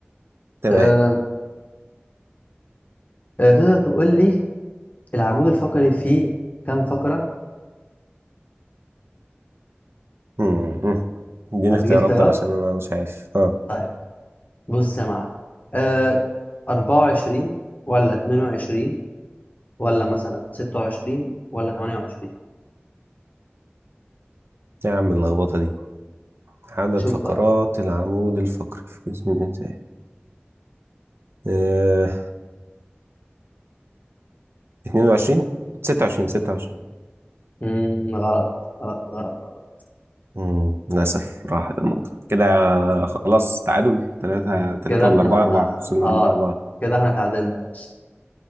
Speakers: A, on the right; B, on the left.
A: تمام
B: أه آه، تقدر تقول لي العمود الفقري فيه كام فقرة؟
A: مم. اديني
B: هديك
A: اختيارات
B: اختيارات
A: طب عشان انا مش عارف اه
B: طيب بص يا معلم آه 24 ولا 22 ولا مثلا 26 ولا 28
A: يا عم اللخبطه دي عدد
B: أشوف
A: فقرات
B: بقى
A: العمود الفقري في جسم الانسان آه. 22 26 26
B: مم غلط غلط غلط غلط
A: مم. للاسف راحت النقطه كده خلاص تعادل 3 3
B: كده
A: ولا
B: احنا
A: 4 4 وصلنا
B: اه
A: 4 4
B: كده احنا اتعادلنا يا باشا